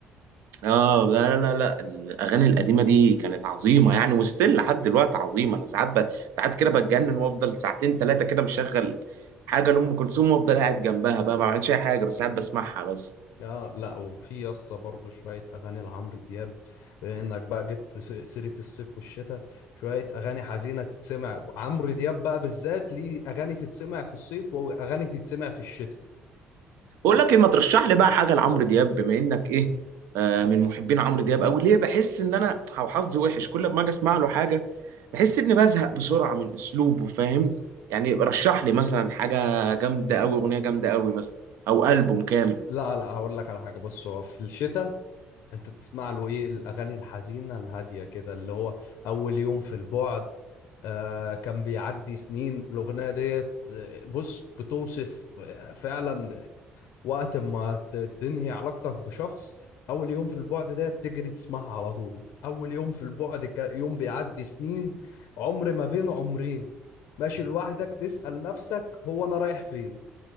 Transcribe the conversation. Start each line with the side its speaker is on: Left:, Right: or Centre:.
Right: اه لا لا لا لا الاغاني القديمه دي كانت عظيمه يعني وستيل لحد دلوقتي عظيمه انا ساعات ب... ساعات كده بتجنن وافضل ساعتين ثلاثه كده مشغل حاجه لام كلثوم وافضل قاعد جنبها بقى ما بعملش اي حاجه بس ساعات بسمعها بس
Left: اه لا وفي يسطا برضه شوية أغاني لعمرو دياب بما إنك بقى جبت س- سيرة الصيف والشتاء شوية أغاني حزينة تتسمع عمرو دياب بقى بالذات ليه أغاني تتسمع في الصيف وأغاني تتسمع في الشتاء
Right: بقول لك ايه ما ترشح لي بقى حاجه لعمرو دياب بما انك ايه آه من محبين عمرو دياب قوي ليه بحس ان انا أو حظي وحش كل ما اجي اسمع له حاجه بحس اني بزهق بسرعه من اسلوبه فاهم يعني رشح لي مثلا حاجه جامده قوي اغنيه جامده قوي مثلا او البوم
Left: ب-
Right: كامل
Left: لا لا هقول لك على حاجة بص هو في الشتاء أنت تسمع له إيه الأغاني الحزينة الهادية كده اللي هو أول يوم في البعد آه كان بيعدي سنين الأغنية ديت آه، بص بتوصف آه، فعلا وقت ما ت- تنهي علاقتك بشخص اول يوم في البعد ده تجري تسمعها على طول اول يوم في البعد ك- يوم بيعدي سنين عمر ما بين عمرين ماشي لوحدك تسأل نفسك هو انا رايح فين